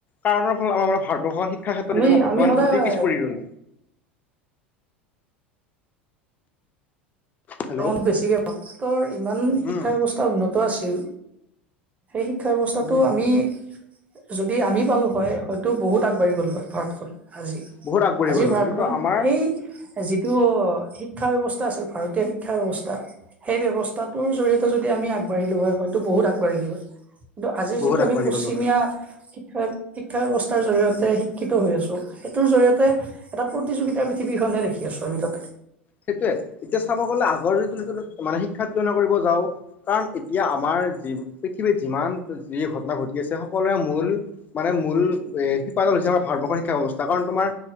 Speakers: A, on the left (about 25°); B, on the right (about 20°).
A: কাৰণৰ আমাৰ <unintelligible> ভাৰতবৰ্ষখন শিক্ষা ক্ষেত্ৰত
B: আমি
A: এতিয়া বৰ্তমান
B: আমি সদায়
A: অতি পিছ পৰি ৰল। হেল্ল'
B: ত বেছিকৈ ভৰ ইমান শিক্ষা
A: উম
B: ব্যৱস্থা উন্নত আছিল। সেই শিক্ষা ব্যৱস্থাটো
A: উম
B: আমি যদি আমি পালোঁ হয় হয়তো বহুত আগবাঢ়ি গ'লো হয়। ভাৰতখন আজি
A: বহুত আগবাঢ়ি
B: আজিৰ
A: গ'লো হয়
B: ভাৰতখন
A: কিন্তু আমাৰ
B: সেই যিটো শিক শিক্ষা ব্যৱস্থা আছিল। ভাৰতীয় শিক শিক্ষা ব্যৱস্থা সেই ব্যৱস্থাটোৰ জৰিয়তে যদি আমি আগবাঢ়িলোঁ হয়, হয়তো বহুত আগবাঢ়িলোঁ হয়। কিন্তু আজি
A: বহুত
B: যিটো
A: আগবাঢ়ি
B: আমি পশ্চিমীয়া
A: গ'লো হয়
B: শিক শিক্ষা ব্যৱস্থা জৰিয়তে শিক্ষিত হৈ আছো, সেইটোৰ জৰিয়তে এটা প্ৰতিযোগিতাৰ পৃথিৱীখনে দেখি আছো আমি তাতে।
A: সেইটোয়ে এতিয়া চাব গ'লে মানে শিক্ষা <unintelligible> কৰিব যাওঁ কাৰণ এতিয়া আমাৰ যি পৃথিৱীত যিমান <unintelligible> যি ঘটনা ঘটি আছে সকলোৰে মূল মানে মূল শিপাডাল হৈছে আমাৰ ভাৰতবৰ্ষৰ শিক্ষা ব্যৱস্থা। কাৰণ তোমাৰ